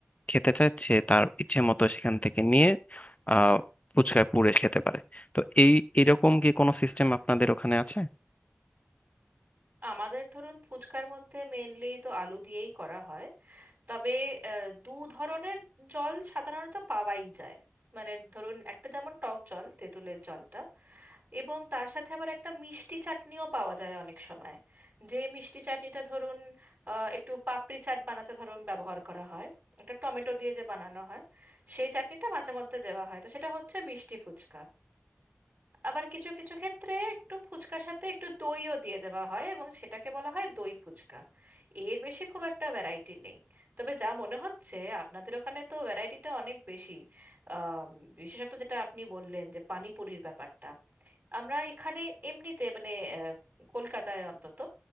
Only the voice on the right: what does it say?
আমাদের ধরুন ফুচকার মধ্যে মেনলি তো আলু দিয়েই করা হয় তবে আহ, দু ধরনের জল সাধারণত পাওয়াই যায় মানে ধরুন একটা যেমন টক জল তেঁতুলের জলটা এবং তার সাথে আবার একটা মিষ্টি চাটনিও পাওয়া যায় অনেক সময় যে মিষ্টি চাটনিটা ধরুন আহ, একটু পাপড়ি চাট বানাতে ধরুন ব্যবহার করা হয় একটা টমেটো দিয়ে যে বানানো হয় সেই চাটনিটা মাঝে মধ্যে দেওয়া হয় তো সেটা হচ্ছে মিষ্টি ফুচকা আবার কিছু কিছু ক্ষেত্রে একটু ফুচকার সাথে একটু দইও দিয়ে দেওয়া হয় এবং সেটাকে বলা হয় দই ফুচকা এর বেশি খুব একটা ভ্যারাইটি নেই তবে যা মনে হচ্ছে আপনাদের ওখানে তো ভ্যারাইটিটা অনেক বেশি আম, বিশেষত যেটা আপনি বললেন যে পানিপুরির ব্যাপারটা আমরা এখানে এমনিতে মানে আহ, কলকাতায় অন্তত